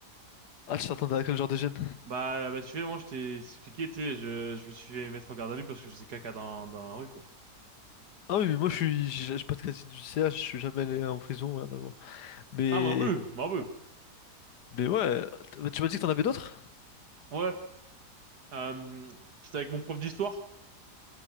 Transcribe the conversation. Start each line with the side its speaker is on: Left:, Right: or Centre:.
Left: Ah, tu t'attendais à quel genre de gêne?
Right: Bah, bah, tu sais, moi, je t'ai expliqué, tu sais, je, je me suis fait mettre en garde à vue parce que je faisais caca dans, dans la rue, quoi.
Left: Ah oui, mais moi, je suis. J'ai j'ai pas de crédit du CH. Je suis jamais allé en prison. rien à voir. Mais.
Right: Ah, moi non plus, moi non plus.
Left: Mais ouais. t- Tu m'as dit que t'en avais d'autres?
Right: Ouais. Euh, c'était avec mon prof d'histoire.